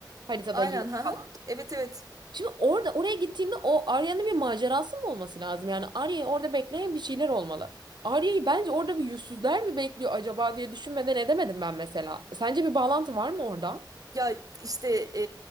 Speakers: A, on the right (about 70°); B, on the right (about 50°).
A: Haritada
B: Aynen
A: yıl
B: ha.
A: falan.
B: ha. Evet evet.
A: Şimdi orada oraya gittiğimde o Arya'nın bir macerası mı olması lazım? Yani Arya'yı orada bekleyen bir şeyler olmalı. Arya'yı bence orada bir yüzsüzler mi bekliyor acaba diye düşünmeden edemedim ben mesela. Sence bir bağlantı var mı orada?
B: Ya işte e,